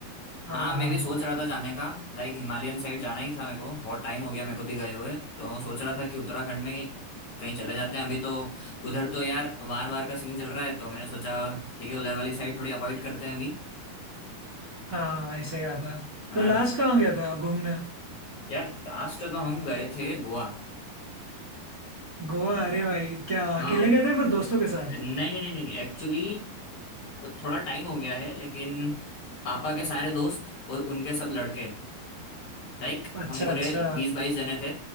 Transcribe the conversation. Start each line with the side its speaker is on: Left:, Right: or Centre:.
Right: हाँ
Left: हाँ मैं
Right: हाँ
Left: भी सोच रहा था जाने का लाइक हिमालयन साइड जाना ही था मेरे को बहुत टाइम हो गया मेरे को भी गए हुए तो सोच रहा था कि उत्तराखंड में ही कहीं चले जाते हैं अभी तो उधर तो यार वार वार का सीन चल रहा है तो मैंने सोचा ठीक है उधर वाली साइड थोड़ी अवॉइड करते हैं अभी
Right: हाँ भाई सही बात है
Left: हाँ
Right: तो लास्ट कहाँ गया था आप घूमने
Left: यार लास्ट तो हम गए थे गोवा
Right: गोवा अरे भाई क्या अकेले
Left: हाँ
Right: गए थे फिर दोस्तों के साथ
Left: नहीं नहीं नहीं नहीं एक्चुअली थोड़ा टाइम हो गया है लेकिन पापा के सारे दोस्त और उनके सब लड़के लाइक
Right: अच्छा
Left: हम पूरे
Right: अच्छा
Left: बीस बाईस जने थे